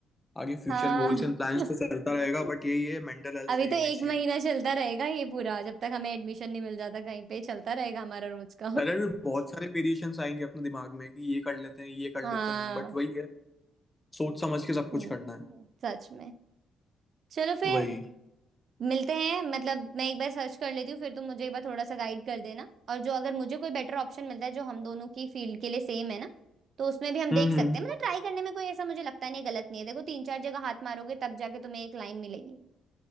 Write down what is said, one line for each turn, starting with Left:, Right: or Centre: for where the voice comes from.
Left: आगे फ्यूचर
Right: हाँ
Left: गोल्स एंड प्लान्स
Right: <laughs>
Left: तो चलता रहेगा बट ये ये मेंटल हेल्थ
Right: अभी
Left: सही
Right: तो
Left: होनी
Right: एक
Left: चाहिए
Right: महीना चलता रहेगा ये पूरा जब तक हमें एडमिशन नहीं मिल जाता कहीं पे चलता रहेगा हमारा रोज का
Left: पहले
Right: <laughs>
Left: भी बहुत सारे वेरिएशंस आएंगे अपने दिमाग में कि ये कर लेते हैं ये कर
Right: हाँ
Left: लेते हैं बट वही है सोच समझ के सब कुछ
Right: हम्म
Left: करना है
Right: सच में चलो फिर
Left: वही
Right: मिलते हैं मतलब मैं एक बार सर्च कर लेती हूँ फिर तुम मुझे एक बार थोड़ा सा गाइड कर देना और जो अगर मुझे कोई बेटर ऑप्शन मिलता है जो हम दोनों की फील्ड के लिए सेम है ना तो उसमें भी हम
Left: हम्म
Right: देख सकते
Left: हम्म
Right: हैं मतलब ट्राई करने में कोई ऐसा मुझे लगता नहीं गलत नहीं है देखो तीन चार जगह हाथ मारोगे तब जाके तुम्हें एक लाइन मिलेगी